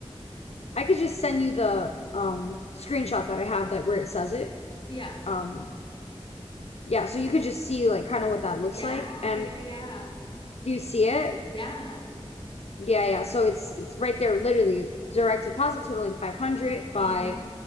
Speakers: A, on the left; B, on the left.
A: I could just send you the um screenshot that I have that where it says it.
B: yeah.
A: Um, Yeah, so you could just see like kind of what that
B: Yeah,
A: looks like. And
B: yeah, yeah.
A: do you see it?
B: Yeah.
A: Yeah, yeah. So it's it's right there, literally direct deposit totaling 500 by
B: hmm